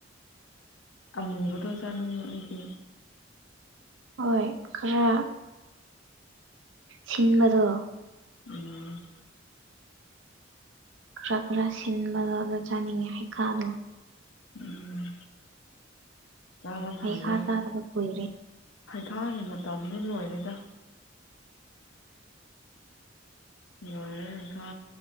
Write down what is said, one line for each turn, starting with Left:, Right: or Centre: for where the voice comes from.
Left: ꯑꯃꯨꯕꯗꯣ ꯆꯥꯅꯤꯡꯉ ꯑꯩꯗꯤ
Right: ꯍꯣꯏ ꯈꯔ ꯁꯤꯟꯕꯗꯣ
Left: ꯎꯝ
Right: ꯈꯔ ꯈꯔ ꯁꯤꯟꯕꯂꯣꯗ ꯆꯥꯅꯤꯡꯉꯦ ꯍꯩꯈꯥꯗꯣ
Left: ꯎꯝ ꯆꯥꯕ ꯊꯥꯒꯦ
Right: ꯍꯩꯈꯥ ꯆꯥꯗꯕ ꯀꯨꯏꯔꯦ
Left: ꯍꯩꯈꯥꯒꯤ ꯃꯇꯝ ꯂꯤꯟ ꯑꯣꯏꯔꯦꯗ ꯂꯔꯦ ꯅꯤꯡꯅꯤ ꯊ